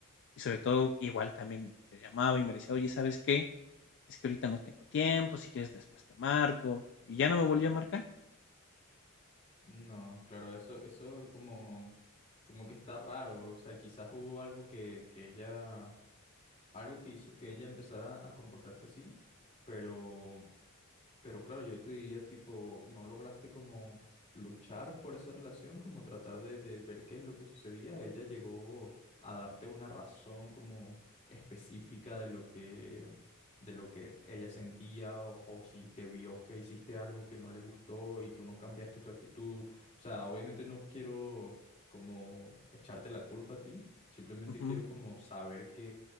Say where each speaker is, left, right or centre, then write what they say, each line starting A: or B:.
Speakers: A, on the left; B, on the left.
A: Y sobre todo, igual también le llamaba y me decía, oye, ¿sabes qué? Es que ahorita no tengo tiempo, si quieres después te marco. Y ya no me volvió a marcar.
B: No, claro, eso, eso como, como que está raro. O sea, quizás hubo algo que, que ella, algo que hizo que ella empezara a comportarse así, pero Pero claro, yo te diría tipo, ¿no lograste como luchar por esa relación, como tratar de, de ver qué es lo que sucedía? Ella llegó a darte una razón como específica de lo que, de lo que ella sentía o, o si te vio que hiciste algo que no le gustó y tú no cambiaste tu actitud. O sea, obviamente no quiero como echarte la culpa a ti, simplemente
A: Ujú,
B: quiero como saber